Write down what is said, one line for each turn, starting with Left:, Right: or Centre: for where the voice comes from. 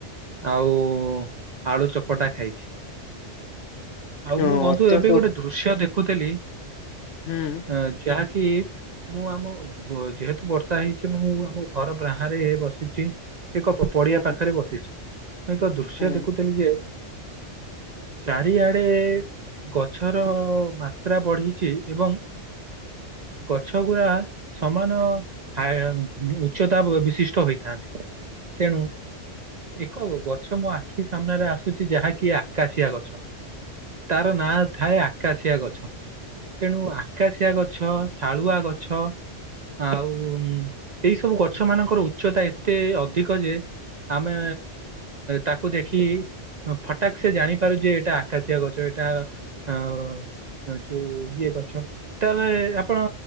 Right: ଆଉ ଆଳୁ ଚକଟା ଖାଇଛି। <inaudible>
Left: ହଁ
Right: ମୁଁ ବନ୍ଧୁ
Left: ଅତ୍ୟନ୍ତ
Right: ଏବେ ଗୋଟେ ଦୃଶ୍ୟ ଦେଖୁଥିଲି,
Left: ହୁଁ
Right: ଅ ଯାହାକି ମୁଁ ଆମ ଯେହେତୁ ବର୍ଷା ହେଇଛି ମୁଁ ଆମ ଘର ବାହାରେ ରେ ବସିଚି। ଏକ ପଡିଆ
Left: ହୁଁ
Right: ପାଖରେ ବସିଚି। ମୁଁ ଏକ ଦୃଶ୍ୟ
Left: ହୁଁ
Right: ଦେଖୁଥିଲି ଯେ ଚାରିଆଡେ ଗଛର ମାତ୍ରା ବଢିଚି। ଏବଂ ଗଛ ଗୁରା ସମାନ <unintelligible> ଉଚ୍ଚତା ବିଶିଷ୍ଟ ହୋଇଥାନ୍ତି। ତେଣୁ ଏକ ଗଛ ମୋ ଆଖି ସାମ୍ନାରେ ଆସୁଚି ଯାହାକି ଆକାଶିଆ ଗଛ। ତାର ନାଁ ଥାଏ ଆକାଶିଆ ଗଛ। ତେଣୁ ଆକାଶିଆ ଗଛ, ଶାଳୁଆ ଗଛ ଆଉ ଏଇ ସବୁ ଗଛ ମାନଙ୍କର ଉଚ୍ଚତା ଏତେ ଅଧିକ ଯେ ଆମେ ତାକୁ ଦେଖି ଫଟାକ୍ ସେ ଜାଣିପାରୁ ଯେ ଏଇଟା ଆକାଶିଆ ଗଛ। ଏଇଟା ଅ ଯୋଉ ଇଏ ଗଛ। ତାହେଲେ ଆପଣ